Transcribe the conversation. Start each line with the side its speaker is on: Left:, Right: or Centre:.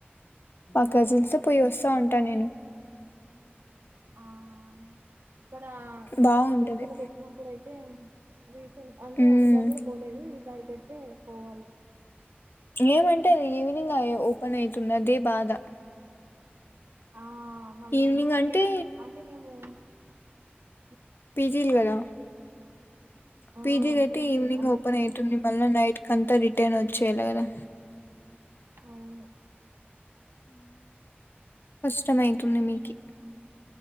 Left: మా
Right: మ్మ్
Left: కజిన్సతో పోయి వస్తా ఉంటాను నేను
Right: ఆ హ ఇక్కడ
Left: బాగుంటది
Right: దగ్గర్లో పెట్టినప్పుడు అయితే రీసెంట్ అంటే
Left: ఉమ్
Right: ఒసారి కూడా పోలేదు ఈసారి పెట్ ఉంటే పోవాలి
Left: ఏమంటే అది ఈవినింగ్ ఓపెన్ అయితుంది అదే బాధ
Right: ఆ మళ్ళీ
Left: ఈవినింగ్ అంటే
Right: అంటే మేము <inaudible>
Left: పిజీల్ కదా
Right: ఆ
Left: పిజిదయితే
Right: పీజీ
Left: ఈవనింగ్
Right: అందుకనేసి
Left: ఓపన్ అయితుంది మల్లా నైట్ కంత రిటర్న్ వచ్చేలా కదా
Right: అవును
Left: స్టమై తుందిమికి
Right: ఆ